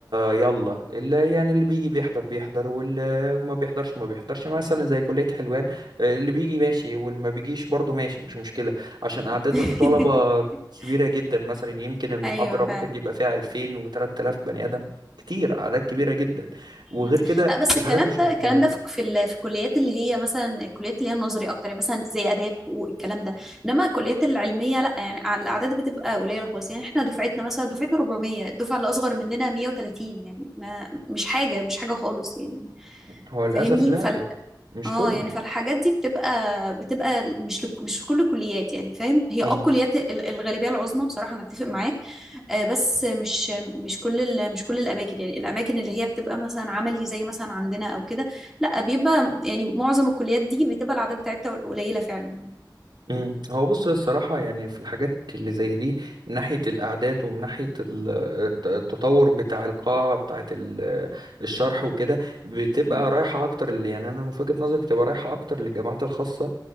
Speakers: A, on the right (about 70°); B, in the centre.
A: يلا اللي يعني اللي بيجي بيحضر بيحضر واللي ما بيحضرش ما بيحضرش مثلا زي كلية حلوان آه، اللي بيجي ماشي واللي ما بيجيش برضه ماشي مش مشكلة عشان أعداد
B: <laughs>
A: الطلبة كبيرة جدا مثلا يمكن المحاضرة
B: أيوه فعلا
A: ممكن يبقى فيها 2000 و3000 بني آدم كتير أعداد كبيرة جدا وغير
B: مم.
A: كده
B: لا بس
A: الحاجات
B: الكلام
A: مش
B: ده
A: متطورة
B: الكلام ده في في, ال- في الكليات اللي هي مثلا الكليات اللي هي النظري أكتر يعني مثلا زي آداب حقوق الكلام ده إنما الكليات العلمية لا يعني ع- الأعداد بتبقى قليلة خالص يعني إحنا دفعتنا مثلا دفعتنا 400 الدفعة اللي أصغر مننا 130 يعني ما مش حاجة مش حاجة خالص يعني
A: هو للأسف
B: فاهمني
A: لا مش
B: اه
A: كله
B: يعني فالحاجات دي بتبقى بتبقى مش لك مش في كل الكليات يعني فاهم هي
A: إمم.
B: اه الكليات ال- الغالبيه العظمى بصراحه انا اتفق معاك آه، بس مش مش كل ال- مش كل الاماكن يعني الاماكن اللي هي بتبقى مثلا عملي زي مثلا عندنا او كده لا بيبقى يعني معظم الكليات دي بتبقى الاعداد بتاعتها قليله فعلا
A: مم. هو بص الصراحة يعني في الحاجات اللي زي دي من ناحية الأعداد ومن ناحية ال- الت- التطور بتاع القاعة بتاعة ال- الشرح وكده بتبقى
B: امم
A: رايحة أكتر اللي يعني أنا من وجهة نظري بتبقى رايحة أكتر للجامعات الخاصة